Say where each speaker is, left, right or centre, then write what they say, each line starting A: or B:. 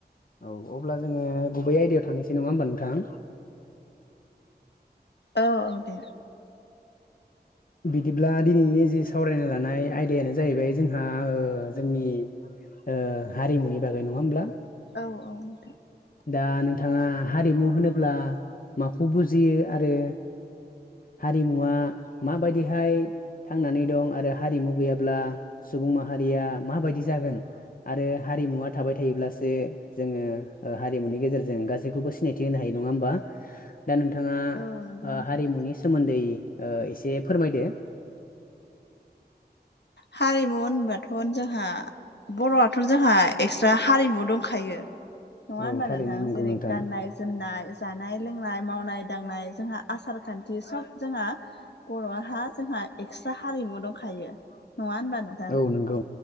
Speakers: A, on the left; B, on the left.
A: औ अब्ला जोङो गुबै आयदायाव थांनोसै नङा होम्बा नोंथां
B: औ औ दे
A: बिदिब्ला दिनैनि जि सावरायनो लानाय आयदायानो जाहैबाय जोंहा ओ जोंनि ओ हारिमुनि बागै नङा होमब्ला
B: औ औ नोंथां
A: दा नोंथाङा हारिमु होनोब्ला माखौ बुजियो आरो हारिमुवा माबायदिहाय थांनानै दं आरो हारिमु गैयाब्ला सुबुं माहारिया माबायदि जागोन आरो हारिमुवा थाबाय थायोब्लासो जोङो। ओ हारिमुनि गेजेरजों गासैखौबो सिनायथि होनो हायो नङा होम्बा। दा नोंथाङा
B: औ नंगौ
A: ओ
B: नोंथां
A: हारिमुनि सोमोन्दै ओ एसे फोरमायदो
B: हारिमु होनबाथ' जोंहा बर'आथ' जोंहा एक्सट्रा हारिमु दंखायो नङा होनबा
A: औ
B: नोंथां
A: थारैनो नंगौ
B: जेरै
A: नोंथां
B: गाननाय जोमनाय जानाय लोंनाय मावनाय दांनाय जोंहा आसार खान्थि सब जोंहा बर'हा जोंहा एक्सट्रा हारिमु दंखायो नङा होनबा नों
A: औ नंगौ